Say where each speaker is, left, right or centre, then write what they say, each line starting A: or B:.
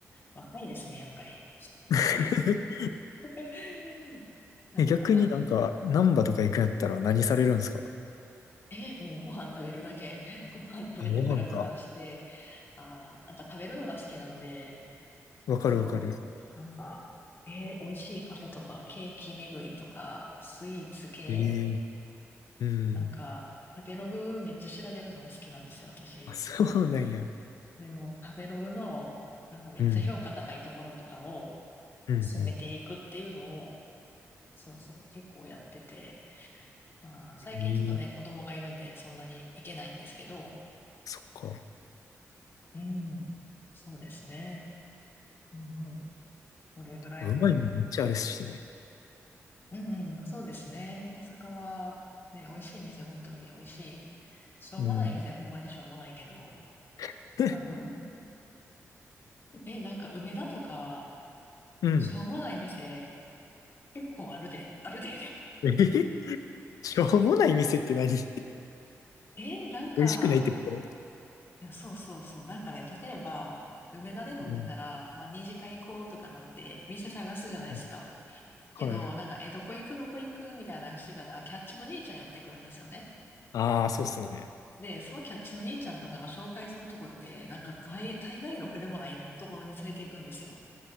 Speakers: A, on the left (about 40°); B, on the left (about 80°).
A: 若いですね、やっぱり。
B: <laughs>
A: <laughs> なんか、
B: え逆になんか、
A: あ、
B: ナンバとか行くんやったら何されるんですか
A: え、もうご飯食べるだけ。<laughs> ご飯食べてブラブラして、
B: あご飯か。
A: あー、なんか食べるのが好きなんで、
B: わかるわかる。
A: そう、なんか、えー美味しいカフェとか、ケーキ巡りとか、スイーツ系、
B: ええうん。
A: なんか、食べログめっちゃ調べるの好きなんですよ、私。
B: あ、そうなんや。
A: でも、食べログの、なんかめっちゃ評価高いところとかを、
B: うん。うんう
A: 進めていくっていうのを、そうそう、結構やってて、まあ、最近ちょっとね、
B: ん。ええ
A: 子供がいるんで、そんなにいけないんですけど、
B: そっか。
A: うん、そうですね。うんうん。これぐらい、
B: うまいもんめっちゃあるしね。
A: うん。うんうん、そうですね。大阪は、ね、美味しい店、本当に美味しい。しょうもない店、
B: うん。
A: ほんまにしょうもないけど、
B: <laughs> で、
A: あの、<laughs> え、なんか梅田とか、
B: うん。
A: しょうもない店、結構あるで、あるで。
B: えへしょうもない店って何 <laughs>
A: <laughs> え、なんか、
B: 美味しくないってこと
A: いや、そうそうそう。なんかね、例えば、梅田で飲んでたら、
B: うん。
A: まあ、二次会行こうとかなって、店探すじゃないですか。
B: うんはい。
A: けど、なんか、え、どこ行く、どこ行く、みたいなのしてたら、キャッチの兄ちゃん寄ってくるんですよね。
B: ああ、そうっすね。
A: で、そのキャッチの兄ちゃんとかが紹介するとこって、なんか大、大概ろくでもないところに連れて行くんですよ。